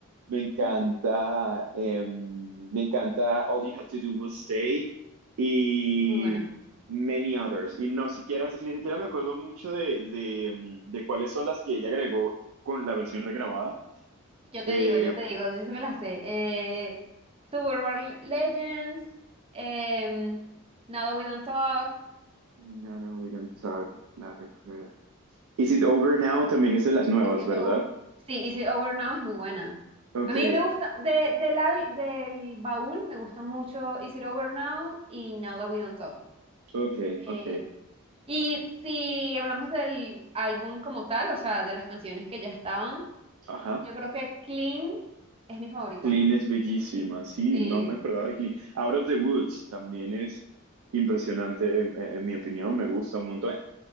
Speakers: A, on the right; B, on the right.
A: me encanta,
B: ujú,
A: em, me encanta All You Had to Do Was Stay y
B: muy buena.
A: many others. Y no siquiera, ni siquiera me acuerdo mucho de, de, em, de cuáles son las que ella agregó con la versión regrabada,
B: Yo te
A: eh,
B: digo, yo te digo, yo sí me la sé. Eh, Suburban Legends, em, Now That We Don't Talk,
A: Nada, we don't talk, la recuerdo. Is it over now? También es de las nuevas,
B: Is It
A: ¿verdad?
B: Over- Sí, Is It Over Now es muy buena.
A: Ok,
B: A mí me gusta, de, del, al- del baúl me gusta mucho Is It Over Now y Now That We Don't Talk.
A: ok, ok.
B: Eh, y si hablamos del álbum como tal, o sea, de las canciones que ya estaban,
A: Ajá.
B: yo creo que Clean es mi favorita.
A: Clean es bellísima, sí,
B: Sí.
A: no me acordaba de Clean. Out of the Woods también es impresionante, en, en mi opinión, me gusta un montón.